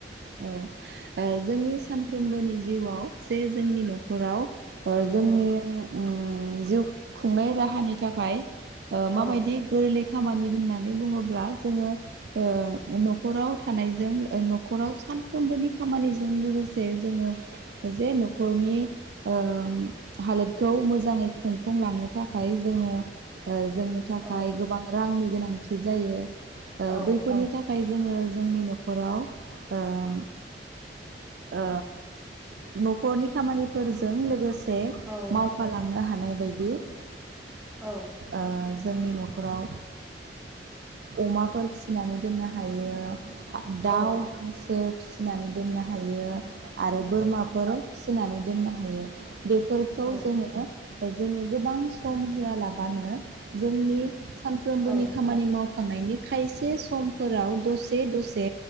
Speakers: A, on the right; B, in the centre.
A: औ ओ जोंनि
B: औ
A: सानफ्रोमबोनि ज जिउआव जे जोंनि न'खराव ओ
B: औ
A: जोंनि ओं उम जिउ खुंनाय राहानि थाखाय ओ माबायदि
B: औ
A: गोरलै ख खामानि होननानै बुङोब्ला जोङो ओ न'खराव थानायजों ओ नख खराव सानफ्रोमबोनि खामानिजों लोगोसे जोङो जे न'खरनि ओ उम हालोदखौ मोजाङै खुंफुंलांनो थाखाय जोङो ओ जोंनो थाखाय
B: औ
A: गोबां रांनि गोनां थि जायो ओ
B: औ
A: बैफोरनि थाख खाय जोङो जोंनि न'खराव ओम ओ न'खरनि खामानिफोरजों लोगोसे
B: औ
A: मावफालांनो हानाय बायादि ओ
B: औ
A: ओ <unintelligible> जोंनि न'खराव अमाफोर फिसिनानै दोननो हायो। दाउ
B: औ
A: हांसो फिसिनानै दोनना हायो। आरो बोरमाफोर होनानै दोननो हायो। बेफोरखौ
B: औ
A: जोङो जोङो गोबां सम होआलाबानो जोंनि सानफ्रोमबोनि
B: औ
A: खामानि माव नायनि खायसे समफोराव दसे दसे